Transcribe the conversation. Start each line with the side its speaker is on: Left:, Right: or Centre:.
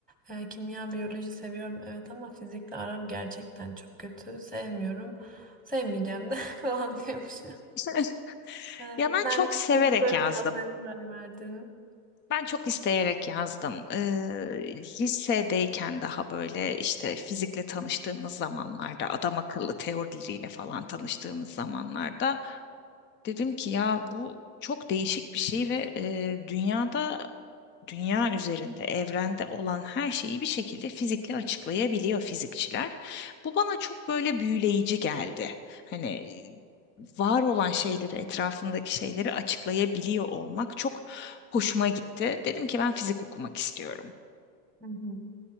Centre: E, kimya, biyoloji seviyorum evet ama fizikle aram gerçekten çok kötü. Sevmiyorum. Sevmeyeceğim de <laughs> falan diyormuşum.
Left: <laughs>
Centre: E,
Left: Ya ben
Centre: sen
Left: çok
Centre: nasıl
Left: severek
Centre: bu bölümü
Left: yazdım.
Centre: yazmaya karar verdin?
Left: Ben çok isteyerek yazdım. Ee, lisedeyken daha böyle işte fizikle tanıştığımız zamanlarda, adam akıllı teorileriyle falan tanıştığımız zamanlarda Dedim ki ya bu çok değişik bir şey ve e, dünyada, dünya üzerinde, evrende olan her şeyi bir şekilde fizikle açıklayabiliyor fizikçiler. Bu bana çok böyle büyüleyici geldi. Hani e, var olan şeyleri, etrafındaki şeyleri açıklayabiliyor olmak çok hoşuma gitti. Dedim ki ben fizik okumak istiyorum.
Centre: Hı hı.